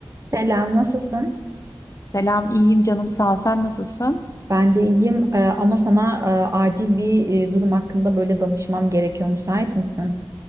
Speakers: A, on the right (about 35°); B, on the left (about 35°).
A: Selam, nasılsın?
B: Selam, iyiyim canım sağ ol. Sen nasılsın?
A: Ben de iyiyim Ee, ama sana e, acil bir e, durum hakkında böyle danışmam gerekiyor. Müsait misin?